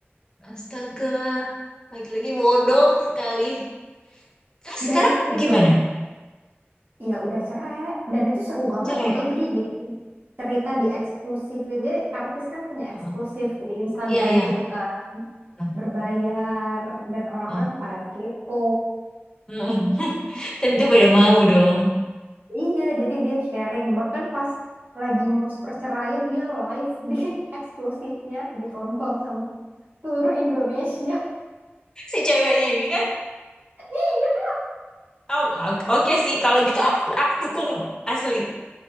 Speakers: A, on the left (about 15°); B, on the right (about 45°).
A: Astaga, lagi-lagi bodoh sekali. Terus sekarang
B: Dan itu
A: gimana?
B: ya udah cerai. Dan itu seru banget.
A: Cerai?
B: Dia jadi bikin cerita di eksklusif gitu. Jadi artis kan punya eksklusif
A: Oh,
B: di Instagram
A: Iya, iya.
B: gitu kan.
A: Oh,
B: Berbayar dan orang-orang
A: oh.
B: pada kepo.
A: <laughs> Tentu
B: Jadi
A: pada mau dong.
B: Iya, jadi dia sharing. Bahkan pas lagi ngurus perceraian, dia live di <laughs> eksklusifnya ditonton sama seluruh Indonesia. <laughs>
A: Si ceweknya ini kan,
B: Iya,
A: oh, o- oke sih. Kalau gitu aku, aku dukung asli.